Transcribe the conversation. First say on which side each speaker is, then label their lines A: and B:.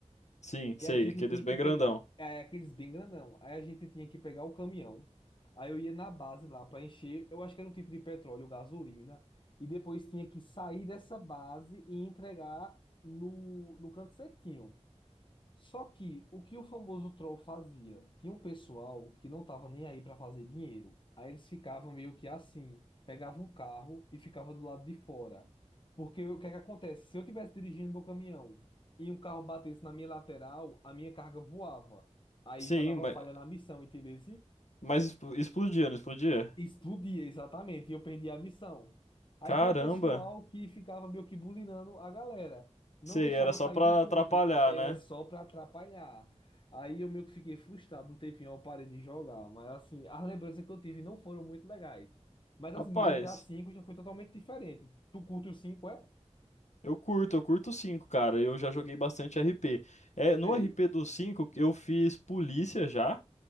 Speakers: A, on the left; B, on the left.
A: sim,
B: E
A: sei,
B: a gente
A: aqueles
B: tinha
A: bem
B: que pegar,
A: grandão.
B: é, aqueles bem grandão. Aí a gente tinha que pegar o caminhão. Aí eu ia na base lá para encher, eu acho que era um tipo de petróleo, gasolina. E depois tinha que sair dessa base e entregar no, no canto certinho. Só que o que o famoso troll fazia? Tinha um pessoal que não tava nem aí para fazer dinheiro. Aí eles ficavam meio que assim, pegavam um carro e ficava do lado de fora. Porque o que é que acontece? Se eu tivesse dirigindo meu caminhão e um carro batesse na minha lateral, a minha carga voava. Aí
A: Sim,
B: já dava
A: mas,
B: falha na missão, entendeu?
A: mas expl- explodia, não explodia?
B: Explodia, exatamente, e eu perdi a missão. Aí
A: Caramba.
B: tinha um pessoal que ficava meio que bulinando a galera. Não
A: Sei,
B: deixava
A: era só
B: sair
A: pra
B: do ponto,
A: atrapalhar,
B: era
A: né?
B: só pra atrapalhar. Aí eu meio que fiquei frustrado, um tempinho eu parei de jogar. Mas assim, as lembranças que eu tive não foram muito legais. Mas assim,
A: Rapaz.
B: no GTA V já foi totalmente diferente. Tu curte o 5 é?
A: Eu curto, eu curto o 5, cara. Eu já joguei bastante RP. É,
B: Sei.
A: no RP do 5, eu fiz polícia já.